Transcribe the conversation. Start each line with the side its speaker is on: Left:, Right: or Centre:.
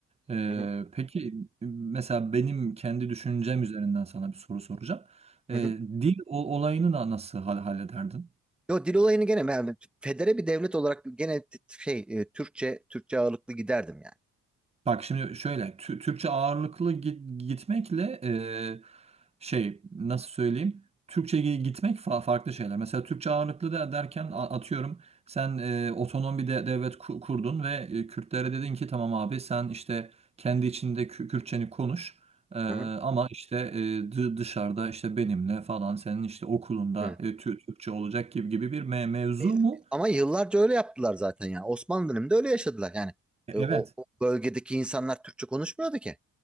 Right: Ee,
Centre: Hı hı,
Right: peki mesela benim kendi düşüncem üzerinden sana bir soru soracağım. Ee,
Centre: hı hı.
Right: dil o- olayını da nasıl hal- hallederdin?
Centre: Yo dil olayını gene yani federe bir devlet olarak gene t- şey e, Türkçe Türkçe ağırlıklı giderdim yani.
Right: Bak şimdi şöyle Tü- Türkçe ağırlıklı git- gitmekle e, şey nasıl söyleyeyim Türkçe gi- gitmek fa- farklı şeyler. Mesela Türkçe ağırlıklı da derken a- atıyorum sen e, otonom bir de- devlet ku- kurdun ve e, Kürtlere dedin ki tamam abi sen işte kendi içinde Kü- Kürtçeni konuş E,
Centre: Hı hı,
Right: ama işte e, dı- dışarıda işte benimle falan senin işte okulunda
Centre: evet.
Right: e, Tü- Türkçe olacak gibi gibi bir me- mevzu
Centre: E,
Right: mu?
Centre: ama yıllarca öyle yaptılar zaten yani. Osmanlı döneminde öyle yaşadılar yani.
Right: E,
Centre: E,
Right: Evet.
Centre: o, o bölgedeki insanlar Türkçe konuşmuyordu ki.